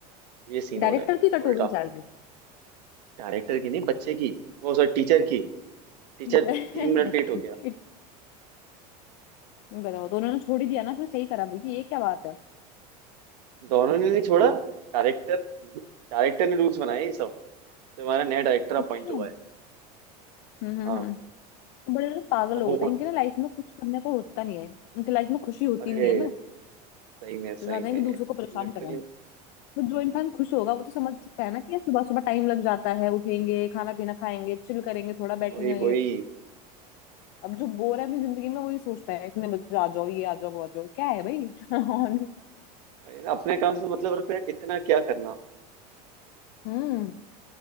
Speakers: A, on the right; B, on the left.
A: ये सीन
B: डायरेक्टर
A: हो रहा है
B: की कट हो
A: उल्टा
B: गई सैलरी
A: डायरेक्टर की नहीं बच्चे की वो सर टीचर की टीचर
B: <laughs>
A: तीन मिनट
B: बच्चों
A: लेट हो
B: की
A: गया
B: बताओ तो उन्होंने छोड़ ही दिया ना फिर सही करा भाई ये क्या बात है
A: दोनों ने नहीं छोड़ा डायरेक्टर डायरेक्टर ने रूल्स बनाए ये सब जो हमारा नया डायरेक्टर अपॉइंट
B: अच्छा
A: हुआ है
B: हम्म हम्म
A: हाँ
B: हम्म बड़े लोग पागल
A: अब
B: लोग
A: वो
B: होते हैं इनके ना लाइफ में कुछ करने को होता नहीं है इनके लाइफ में खुशी होती
A: अरे
B: नहीं है ना
A: सही में सही
B: तो चाहते हैं
A: में
B: कि दूसरों को परेशान
A: लिटरली
B: करें हम तो जो इंसान खुश होगा वो तो समझ सकता है ना कि यार सुबह सुबह टाइम लग जाता है उठेंगे खाना पीना खाएंगे चिल करेंगे थोड़ा बैठेंगे
A: वही वही
B: अब जो बोर है अपनी जिंदगी में वही सोचता है इतने बजे आ जाओ ये आ जाओ वो आ जाओ क्या है भाई <laughs> और
A: वही ना, अपने काम से मतलब रखो यार इतना क्या करना
B: हम्म